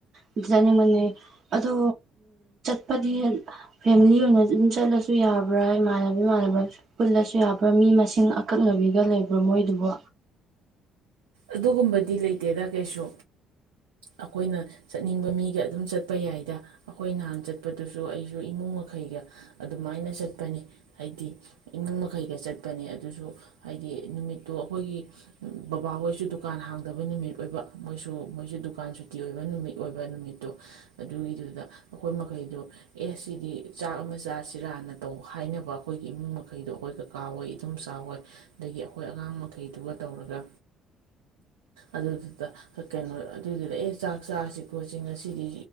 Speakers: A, on the right; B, on the right.
A: ꯑꯗꯨ ꯆꯠꯅꯤꯡꯕꯅꯦ ꯑꯗꯣ ꯆꯠꯄꯗꯤ ꯐꯦꯃꯤꯂꯤ ꯑꯣꯏꯅ ꯑꯗꯨꯝ ꯆꯠꯂꯁꯨ ꯌꯥꯕ꯭ꯔꯥ ꯏꯃꯥꯟꯅꯕ ꯏꯃꯥꯟꯅꯕ ꯄꯨꯜꯂꯁꯨ ꯌꯥꯕ꯭ꯔꯥ ꯃꯤ ꯃꯁꯤꯡ ꯑꯀꯛꯅꯕꯤꯒ ꯂꯩꯕ꯭ꯔꯥ ꯃꯣꯏꯗꯨꯕꯨ
B: ꯑꯗꯨꯒꯨꯝꯕꯗꯤ ꯂꯩꯇꯦꯗ ꯀꯩꯁꯨ ꯑꯩꯈꯣꯏꯅ ꯆꯠꯅꯤꯡꯕ ꯃꯤꯒ ꯑꯗꯨꯝ ꯆꯠꯄ ꯌꯥꯏꯗ ꯑꯩꯈꯣꯏ ꯅꯍꯥꯟ ꯆꯠꯄꯗꯨꯁꯨ ꯑꯩꯁꯨ ꯏꯃꯨꯡ ꯃꯈꯩꯒ ꯑꯗꯨꯃꯥꯏꯅ ꯆꯠꯄꯅꯤ ꯍꯥꯏꯗꯤ ꯏꯃꯨꯡ ꯃꯈꯩꯒ ꯆꯠꯄꯅꯦ ꯑꯗꯨꯁꯨ ꯍꯥꯏꯗꯤ ꯅꯨꯃꯤꯠꯇꯣ ꯑꯩꯈꯣꯏꯒꯤ ꯕꯕꯥꯍꯣꯏ ꯃꯣꯏꯁꯨ ꯗꯨꯀꯥꯟ ꯍꯥꯡꯗꯕ ꯅꯨꯃꯤꯠ ꯑꯣꯏꯕ ꯃꯣꯏꯁꯨ ꯃꯣꯏꯁꯨ ꯗꯨꯀꯥꯟ ꯁꯨꯇꯤ ꯑꯣꯏꯕ ꯅꯨꯃꯤꯠ ꯑꯣꯏꯕ ꯅꯨꯃꯤꯠꯇꯣ ꯑꯗꯨꯒꯤꯗꯨꯗ ꯑꯩꯈꯣꯏ ꯃꯈꯩꯗꯣ ꯑꯦ ꯁꯤꯗꯤ ꯆꯥꯛ ꯑꯃ ꯆꯥꯁꯤꯔꯥꯅ ꯇꯧ ꯍꯥꯏꯅꯕ ꯑꯩꯈꯣꯏꯒꯤ ꯏꯃꯨꯡ ꯃꯈꯩꯗꯣ ꯑꯩꯈꯣꯏ ꯀꯀꯥꯋꯣꯏ ꯑꯗꯨꯝ ꯆꯥꯎꯋꯏ ꯑꯗꯒꯤ ꯑꯩꯈꯣꯏ ꯑꯉꯥꯡ ꯃꯈꯩꯗꯨꯒ ꯇꯧꯔꯒ ꯑꯗꯨꯗꯨꯗ ꯀꯩꯅꯣ ꯑꯗꯨꯗꯨꯗ ꯑꯦ ꯆꯥꯛ ꯆꯥꯁꯤ ꯄꯣꯠꯁꯤ ꯉꯁꯤꯗꯤ